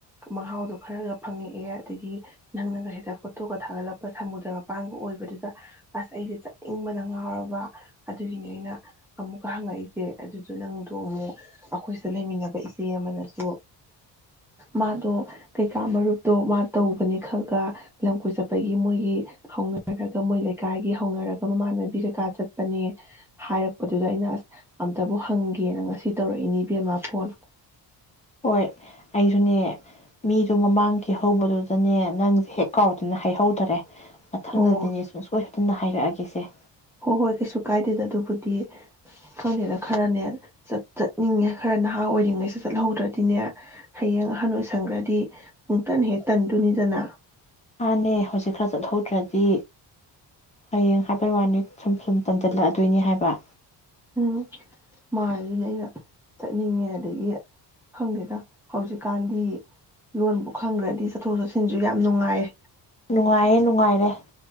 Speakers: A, in the centre; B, on the left.
A: ꯃꯍꯥꯎꯗꯣ ꯈꯔꯒ ꯐꯪꯉꯛꯑꯦ ꯑꯗꯒꯤ ꯅꯪꯅꯒ ꯍꯦꯛꯇ ꯐꯣꯇꯣꯒ ꯊꯥꯒꯠꯂꯛꯄ ꯁꯃꯨꯗ꯭ꯔ ꯃꯄꯥꯟꯒ ꯑꯣꯏꯕꯗꯨꯗ ꯑꯁ ꯑꯩꯁꯦ ꯆꯠꯅꯤꯡꯕꯅ ꯉꯥꯎꯔꯕ ꯑꯗꯨꯒꯤꯅꯤ ꯑꯩꯅ ꯑꯃꯨꯛꯀ ꯍꯪꯉꯛꯏ ꯁꯦ ꯑꯗꯨꯁꯨ ꯅꯪꯗꯣ ꯑꯃꯨꯛ ꯑꯩꯈꯣꯏꯁꯤꯗ ꯂꯩꯃꯤꯟꯅꯕ ꯏꯆꯦ ꯑꯃꯅꯁꯨ ꯃꯥꯗꯣ ꯀꯩꯀꯥ ꯃꯔꯨꯞꯇꯣ ꯃꯥ ꯇꯧꯕꯅꯦ ꯈꯜꯒ ꯂꯝ ꯀꯣꯏ ꯆꯠꯄꯒꯤ ꯃꯣꯏꯒꯤ ꯍꯧꯅꯔꯒ ꯃꯣꯏ ꯂꯩꯀꯥꯏꯒꯤ ꯍꯧꯅꯔꯒ ꯃꯃꯥꯟꯅꯕꯤ ꯀꯩꯀꯥ ꯆꯠꯄꯅꯦ ꯍꯥꯏꯔꯛꯄꯗꯨꯗ ꯑꯩꯅ ꯑꯁ ꯑꯝꯇꯕꯨ ꯍꯪꯒꯦꯅ ꯉꯁꯤ ꯇꯧꯔꯛꯏꯅꯤ ꯏꯕꯦꯝꯃꯥ ꯐꯣꯟ
B: ꯍꯣꯏ ꯑꯩꯁꯨꯅꯦ ꯃꯤꯗꯣ ꯃꯃꯥꯡꯒꯤ ꯍꯧꯕꯗꯨꯗꯅꯦ ꯅꯪ ꯍꯦꯛ ꯀꯥꯎꯗꯅ ꯍꯥꯏꯍꯧ ꯇꯔꯦ ꯃꯊꯪꯗꯗꯤꯅꯦꯣꯏ
A: ꯑꯣ
B: ꯑꯗꯨꯅ ꯍꯥꯏꯔꯛꯑꯒꯦꯁꯦ
A: ꯍꯣꯏ ꯍꯣꯏ ꯀꯩꯁꯨ ꯀꯥꯏꯗꯦꯗ ꯑꯗꯨꯕꯨꯗꯤ ꯈꯪꯗꯦꯅ ꯈꯔꯅꯦ ꯆꯠꯅꯤꯡꯉꯦ ꯈꯔ ꯅꯍꯥ ꯑꯣꯏꯔꯤꯉꯩꯁꯨ ꯆꯠꯍꯧꯗ꯭ꯔꯗꯤꯅꯦ ꯍꯌꯦꯡ ꯑꯍꯟ ꯑꯣꯏꯁꯟꯈ꯭ꯔꯗꯤ ꯄꯨꯡꯇꯟ ꯍꯦꯛ ꯇꯟꯗꯣꯏꯅꯤꯗꯅ
B: ꯃꯥꯥꯟꯅꯦ ꯍꯧꯖꯤꯛ ꯈꯔ ꯆꯠꯍꯧꯗ꯭ꯔꯗꯤ ꯍꯌꯦꯡ ꯍꯥꯏꯕꯩ ꯋꯥꯅꯤ ꯁꯨꯝ ꯁꯨꯝ ꯇꯝꯖꯜꯂꯛꯑꯗꯣꯏꯅꯤ ꯍꯥꯏꯕ
A: ꯎꯝ ꯃꯥꯁꯤꯅꯦ ꯑꯩꯅ ꯆꯠꯅꯤꯡꯉꯦ ꯑꯗꯒꯤ ꯈꯪꯗꯦꯗ ꯍꯧꯖꯤꯛꯀꯥꯟꯗꯤ ꯂꯣꯟꯕꯨ ꯈꯪꯈ꯭ꯔꯗꯤ ꯆꯠꯊꯣꯛ ꯆꯠꯁꯤꯟꯁꯨ ꯌꯥꯝ ꯅꯨꯡꯉꯥꯏꯌꯦ
B: ꯅꯨꯡꯉꯥꯏꯌꯦꯦ ꯅꯨꯡꯉꯥꯏꯔꯦ